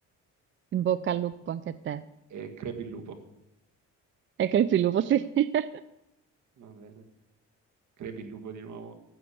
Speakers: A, on the right; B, on the right.
A: in bocca al lupo anche a te.
B: e crepi il lupo,
A: E che il lupo, sì. <laughs>
B: va bene, crepi il lupo di nuovo.